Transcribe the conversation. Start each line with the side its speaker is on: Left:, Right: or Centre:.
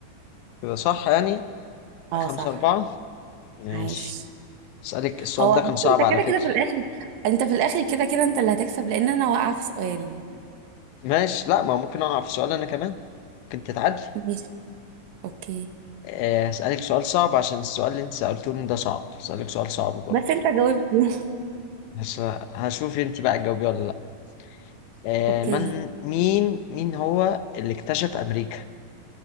Left: كده صح يعني
Right: اه
Left: خمسة
Right: صح
Left: أربعة ماشي
Right: عايش
Left: اسألك السؤال
Right: هو
Left: ده كان
Right: بص
Left: صعب
Right: انت
Left: على
Right: كده
Left: فكرة
Right: كده في الاخر انت في الاخر كده كده انت اللي هتكسب لان انا واقعه في سؤال
Left: ماشي لا ما ممكن أقع في سؤال أنا كمان ممكن تتعدل
Right: ماشي اوكي
Left: آه، هسألك سؤال صعب عشان السؤال اللي أنت سألتوني ده صعب هسألك سؤال صعب برضه
Right: بس انت جاوبت <laughs>
Left: بس هشوف أنت بقى تجاوبي ولا لأ آه،
Right: اوكي
Left: من مين مين هو اللي اكتشف أمريكا